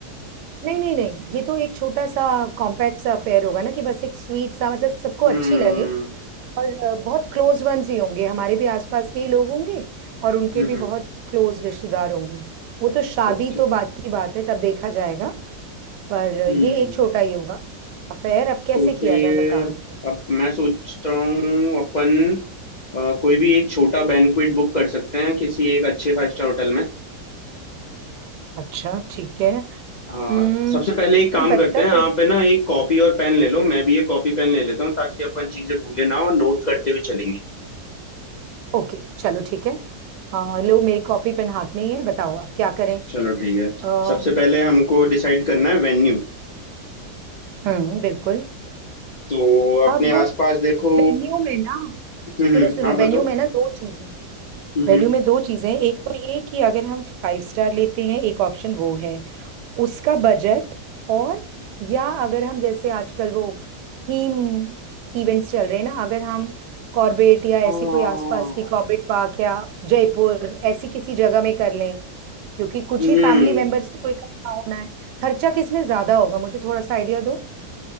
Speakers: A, on the right; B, on the left.
A: नहीं नहीं नहीं ये तो एक छोटा सा कॉम्पैक्ट सा अफेयर होगा ना कि बस एक स्वीट सा मतलब सबको
B: हम्म
A: अच्छी लगे और अ, बहुत क्लोज वंस ही होंगे हमारे भी आसपास के ही लोग होंगे और उनके
B: हम्म
A: भी बहुत क्लोज रिश्तेदार होंगे वो तो शादी
B: ओके
A: तो बाद की बात है तब देखा जाएगा पर
B: हम्म
A: ये एक छोटा ही होगा अफेयर अब कैसे
B: तो
A: किया
B: फिर
A: जाए बताओ इसमें
B: अब मैं सोचता हूँ अपन अ, कोई भी एक छोटा बैंक्वेट बुक कर सकते हैं किसी एक अच्छे फाइव स्टार होटल में
A: अच्छा ठीक है हम्म
B: हाँ सबसे
A: लेकिन
B: पहले एक काम
A: पता
B: करते
A: है
B: हैं
A: एक
B: आप है ना एक कॉपी और पेन ले लो मैं भी एक कॉपी पेन ले लेता हूँ ताकि अपन चीजें भूले ना और नोट करते हुए चलेंगे
A: ओके चलो ठीक है आ, लो मेरी कॉपी पेन हाथ में ही है बताओ आप क्या करें
B: चलो ठीक है
A: आ,
B: सबसे पहले हमको डिसाइड करना है वेन्यू
A: हम्म बिल्कुल
B: तो अपने
A: अब
B: आसपास देखो
A: वेन्यू में ना
B: हम्म
A: सुनो
B: हम्म,
A: सुनो
B: आप
A: वेन्यू
B: बताओ
A: में ना दो चीजें हैं
B: हम्म
A: वेन्यू
B: हम्म
A: में दो चीजें हैं एक तो ये कि अगर हम फाइव स्टार लेते हैं एक ऑप्शन वो है उसका बजट और या अगर हम जैसे आजकल वो थीम इवेंट्स चल रहे हैं ना अगर हम कॉर्बेट या
B: हाँ
A: ऐसी कोई आसपास की कॉर्बेट पार्क या जयपुर ऐसी किसी जगह में कर लें क्योंकि कुछ
B: हम्म
A: ही फैमिली मेंबर्स को इकट्ठा होना है खर्चा किसमें ज्यादा होगा मुझे थोड़ा सा आइडिया दो